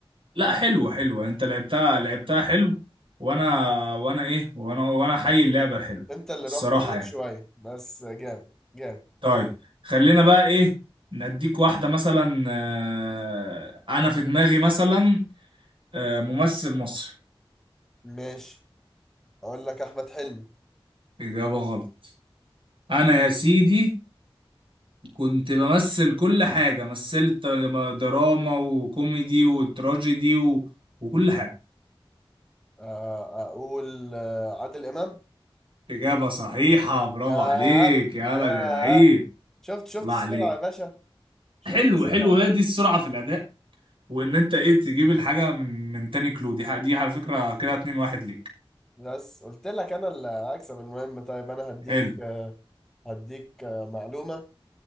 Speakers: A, on the right; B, in the centre.
A: لا حلوة حلوة انت لعبتها لعبتها حلو وانا وانا ايه وانا وانا حي اللعبة الحلوة
B: انت اللي
A: الصراحة
B: رحت بعيد
A: يعني
B: شوية بس جامد جامد
A: طيب خلينا بقى ايه نديك واحدة مثلا آه، انا في دماغي مثلا آه، ممثل مصري
B: ماشي اقول لك احمد حلمي
A: اجابة غلط انا يا سيدي كنت بمثل كل حاجة مثلت دراما وكوميدي وتراجيدي و... وكل حاجة
B: آه اقول آه، عادل امام
A: إجابة صحيحة برافو
B: ياه
A: عليك يا
B: ياه
A: ولد يا لعيب
B: شفت شفت
A: الله عليك
B: السرعة يا باشا شفت
A: حلو
B: الصراحة
A: حلو هي دي السرعة في الأداء وإن أنت إيه تجيب الحاجة من من تاني كلو دي ح- دي على فكرة كده 2-1 ليك
B: بس قلت لك انا اللي هكسب المهم طيب انا هديك
A: حلو
B: آه، هديك آه، معلومة